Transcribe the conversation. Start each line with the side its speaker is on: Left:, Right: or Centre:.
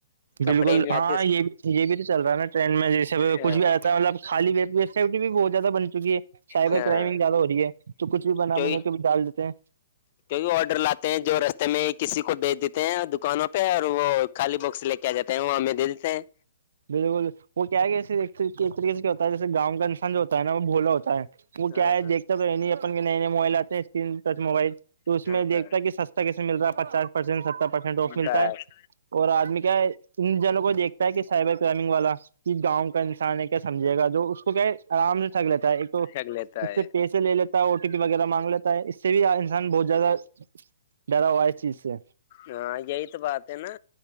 Right: بالکل
Left: کپڑے نہیں
Right: ہاں
Left: آتے اس
Right: یہ بھی یہ بھی تو چل رہا ہے نا ٹرین میں جیسے
Left: ہاں
Right: کچھ بھی آتا ہے مطلب خالی و بھی سیفٹی بھی بہت زیادہ بن چکی ہے سائبر
Left: ہاں
Right: کررائمنگ زیادہ ہو رہی ہے تو کچھ بھی بنا
Left: کیوںکہ
Right: بنا کے ڈال دیتے ہیں
Left: کیونکہ آڈر لاتے ہیں جو رستے میں کسی کو بھیج دیتے ہیں دکانوں پہ اور وہ کالی باکس لے کے آ جاتے ہیں وہ ہمیں دے دیتے ہیں
Right: بالکل وہ کیا کہے ایک طریق سے کیا ہوتا جیسے گاؤں کا انسان جو ہوتا ہے نا وہ بھولا ہوتا ہے وہ
Left: ہاں
Right: کیا ہے دیکھتا تو اپن کے نئے نئے موبائل آتے ہیں اسکرین ٹچ موبائل تو اس
Left: ہاں
Right: میں دیکھتا ہے کہ سستا کیسے ملتا ہے پچاس پرسینٹ ستر پرسینٹ آف ملتا
Left: بس
Right: ہے اور آدمی کیا ہے ان جنوں کو دیکھتا ہے کہ منگ والا کہ گاؤں کا انان ہے کیا سمجھے گا اس کو کیا ہے آرام سے تھک لیتا ہے ایک تو
Left: چھییک لیتا ہے
Right: کیے لے لیتا ہے او ٹی پی وغیرہ مانگ لیتا ہے اس سے بھی انسان بہت زیادہ ڈرا ہوائ چی اس سے
Left: ہاں یہی تو بات ہے نا